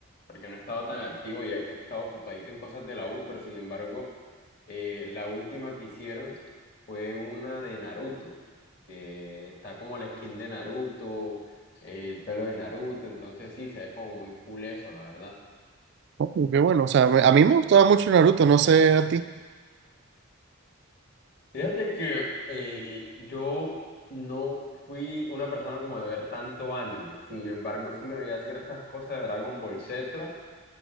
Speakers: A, on the left; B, on the right.
A: porque no he estado tan activo ya que he estado ocupadito en cosas de la U, pero sin embargo, eh, la última que hicieron fue una de Naruto. que está como la skin de Naruto, el pelo de Naruto, entonces sí, se ve como muy cool eso, la verdad.
B: Oh, qué bueno, o sea, me- a mí me gustaba mucho Naruto, no sé a ti.
A: Fíjate que eh, yo no fui una persona como de ver tanto anime, sin embargo sí me veía ciertas cosas de Dragon Ball Z